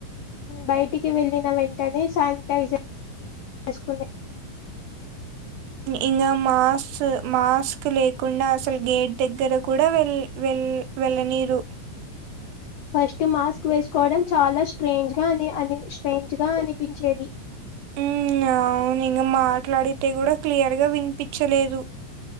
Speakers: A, on the left (about 75°); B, on the right (about 85°).
A: బయటికి వెళ్ళిన వెంటనే శానిటైజర్ వేసుకొని
B: ఇంకా మాస్ మాస్క్ లేకుండా అసలు గేట్ దగ్గర కూడా వెల్ వెల్ వెళ్ళ నీరు
A: ఫస్ట్ మాస్క్ వేసుకోవడం చాలా స్ట్రేంజ్గా అని అ స్ట్రేంజ్ గా అనిపించేది
B: ఉ అవును ఇంగ మాట్లాడితే కూడా క్లియర్గా వినిపించలేదు